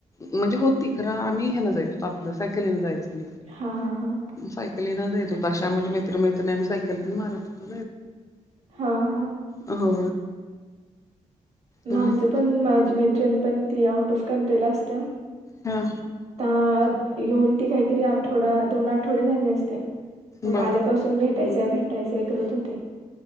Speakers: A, on the left (about 25°); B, on the right (about 55°).
A: म्हणजे होती खरा आम्ही हन जायच. हो आपलं सायकलीन जायचो.
B: हा हा हा
A: सायकलीनाचेतो अशा म्हणज मैत्रिणी मैतिणी आम्ही सायकल घेऊन मारत
B: हा हा
A: हो
B: हा
A: ह.
B: आमचं पण माझी मैत्रिणी पण ती आउट ऑफ कंट्री ला असते.
A: हा
B: आ येऊन ती काहीतरी आठवडा दोन आठवड्या झाले असते. मग
A: बर
B: आल्यापासून भेटायचंय भेटायचंय करत होते.